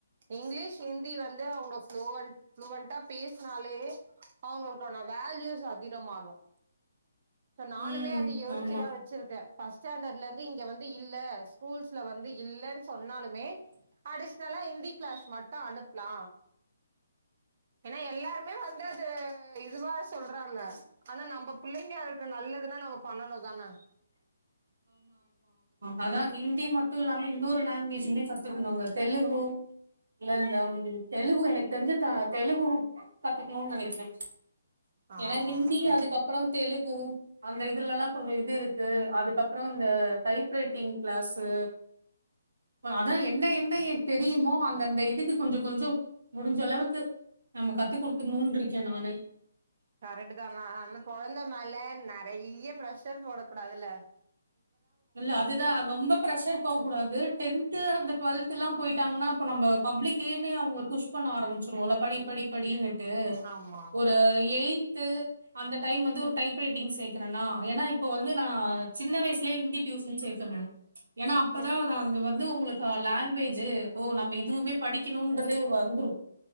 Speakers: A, on the right; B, on the right.
A: இங்கிலீஷ் ஹிந்தி வந்து அவங்க குளோஸ் ஃபுளுவண்டா பேசினாலே அவங்களுக்கான வேல்யூஸ் அதிகமாகும். சோ நானுமே
B: உம்
A: அத யோசிச்சுதான்
B: ஆமா
A: வச்சிருக்கேன் ஃபஸ்ட் ஸ்டேண்டர்ட்லருந்து இங்க வந்து இல்லே ஸ்கூல்ஸ்ல வந்து இல்லேன்னு சொன்னாலுமே அடிஷனலா இந்தி கிளாஸ் மட்டு அனுப்லா ஏன்னா எல்லாருமே வந்து அது இதுவா சொல்றாங்க ஆனா நம்போ புள்ளைங்கட்ரு நல்லதுன்னா நம்மோ பண்ணணு தான
B: அதா ஹிந்தி மட்டு இல்லாம இன்னொரு லாங்குவேஜுமே கத்துக்கணுங்க தெலுகு இல்ல இந்த ம் தெலுகு எனக் தெரிஞ்சு த தெலுகு கத்துக்ணுன்னு நனைக்கிறே
A: ஆ
B: ஏன்னா ஹிந்தி
A: ஓகே
B: அதுக்கப்புறோந் தெலுக் ம் அந்த இதுலல்லா கொஞ்சோ இது இருக்கு அதுக்கப்புறோ இந்த டைப் ரைட்டிங் க்ளாஸு இப்ப அதா என்ன என்ன எ தெரியுமோ அந்தந்த இதுக்கு கொஞ்சோ கொஞ்சோ முடிஞ்சளவுக்கு நம்ம கத்து குடுத்துட்ணுன்ருக்கே நானே
A: கரட்டு தா னா அந்த கொழந்த மேல நெறைய ப்ரஷர் போடக்கூடாதுல
B: இல்ல அது தா ரொம்ப பிரெஷர் போவ கூடாது டென்த்து அந்த டுவல்த்துல்லா போயிட்டாங்கன்னா அப்ப நம்ப பப்ளிக்கேன்னே அவங்கள புஷ் பண்ண ஆரம் ச்சு மொதல்ல படி படி படின்னுட்டு
A: ஆமா
B: ஒரு எயித்து அந்த டைம் வந்து ஒரு டைப் ரைட்டிங் சேக் குனன்னா ஏன்னா இப்போ வந்து நா சின்ன வயசுலே ஹிந்தி டியூசன் சேத்துடணு ஏனா அப்பதா
A: ம்
B: அ அது வந்து உங்களுக்கு லேங்வேஜ் இது ஓ நம்ம இதுவுமே படிக்கணுன்றதே வந்துரு